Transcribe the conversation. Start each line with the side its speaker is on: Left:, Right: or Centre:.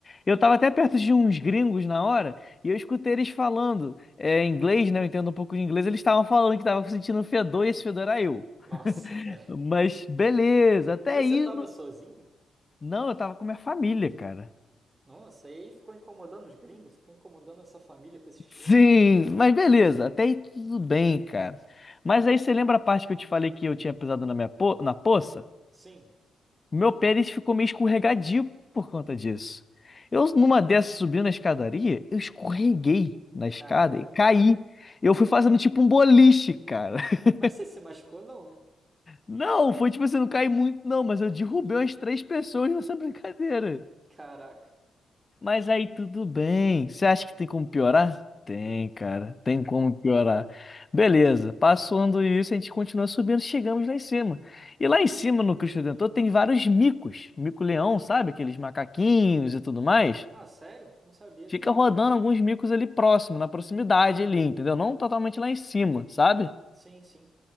Left: Eu tava até perto de uns gringos na hora e eu escutei eles falando é, inglês, né? Eu entendo um pouco de inglês. Eles estavam falando que tava sentindo um fedor e esse fedor era eu.
Right: nossa, cara.
Left: Mas beleza, até
Right: Mas
Left: aí.
Right: você tava
Left: não-
Right: sozinho?
Left: não, eu tava com minha família, cara.
Right: Nossa, e aí ficou incomodando os gringos, ficou incomodando essa família com esse cheiro.
Left: Sim, mas beleza, até aí tudo bem, cara. Mas aí você lembra a parte que eu te falei que eu tinha pisado na minha po na poça?
Right: Sim,
Left: Meu pé ele ficou meio escorregadio por conta disso. Eu, numa dessas, subindo na escadaria, eu escorreguei na escada
Right: caraca.
Left: e caí. Eu fui fazendo tipo um boliche, cara. <laughs>
Right: Mas você se machucou não, né?
Left: Não, foi tipo assim, não caí muito, não, mas eu derrubei umas três pessoas nessa <laughs> brincadeira.
Right: Caraca.
Left: Mas aí tudo bem. Você acha que tem como piorar? Tem, cara. Tem como piorar. Beleza. Passando isso, a gente continua subindo, chegamos lá em cima. E lá em cima, no Cristo Redentor, tem vários micos. Mico-leão, sabe? Aqueles macaquinhos e tudo mais.
Right: Ah, sério? Não sabia.
Left: Fica rodando alguns micos ali próximo, na proximidade ali, entendeu? Não totalmente lá em cima, sabe?
Right: Sim, sim.